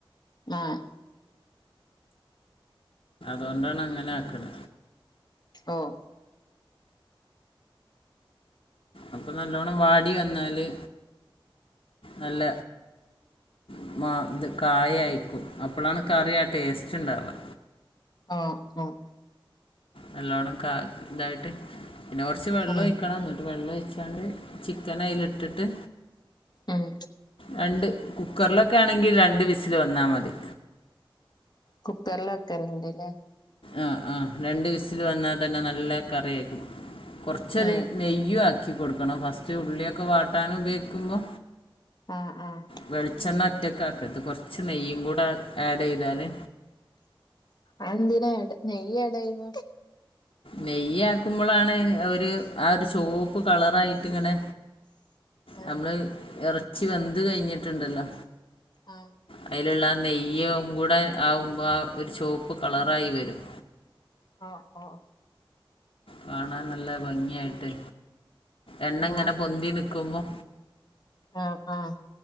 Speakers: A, on the left; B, on the left.
A: ആഹ്
B: അതോണ്ടാണങ്ങനെ ആക്ക്ണ
A: ഓഹ്
B: അപ്പ നല്ലോണം വാടി വന്നാല് നല്ല ഉമ്മ ഇത് കായായിക്കും അപ്പളാണ് കറിയ ടേസ്റ്റ് ഇണ്ടാവുക
A: ആഹ് ആഹ്
B: നല്ലോണം കാ ഇതായിട്ട് പിന്നെ കുറച്ച് വെള്ളം
A: ഉം
B: ഒയ്ക്കണം എന്നിട്ട് വെള്ളം ഒയ്ച്ചാണ്ട് ചിക്കൻ അയില് ഇട്ടിട്ട്
A: ഉം
B: രണ്ട് കുക്കറിലൊക്കെ ആണെങ്കി രണ്ട് വിസില് വന്നാ മതി
A: കുക്കറിൽ വെക്കല്ണ്ട്ല്ലേ
B: ആഹ് ആഹ് രണ്ട് വിസില് വന്നാൽ തന്നെ നല്ല കറി ആയിരിക്കും കുറച്ചൊരു
A: ഉം
B: നെയ്യും ആക്കി കൊടുക്കണം ഫസ്റ്റ് ഉള്ളിയൊക്കെ വാട്ടാനും ഉപയോഗിക്കുമ്പോ
A: ആഹ് ആഹ്
B: വെളിച്ചെണ്ണ ഒറ്റക്കെ ആക്കത് കൊറച്ച് നെയ്യും കൂടെ ആഡ് ചെയ്താല്
A: അത് എന്തിനാ എട നെയ്യ അടയിന
B: നെയ്യ് ആക്കുമ്പോളാണ് ഒരു ആ ഒരു ചോപ്പ് കളറായിട്ട് ഇങ്ങനെ
A: ആഹ്
B: നമ്മള് ഇറച്ചി വെന്ത് കഴിഞ്ഞിട്ടുണ്ടല്ലോ
A: ആഹ്
B: അയിലുള്ള നെയ്യും കൂടെ ആവുമ്പോ ആ ഒരു ചുവപ്പ് കളറായി വരും
A: ആഹ് ആഹ്
B: കാണാൻ നല്ല ഭംഗിയായിട്ട് എണ്ണ ഇങ്ങനെ
A: ഓഹ്
B: പൊന്തി നിക്കുമ്പോ
A: ആഹ് ആഹ്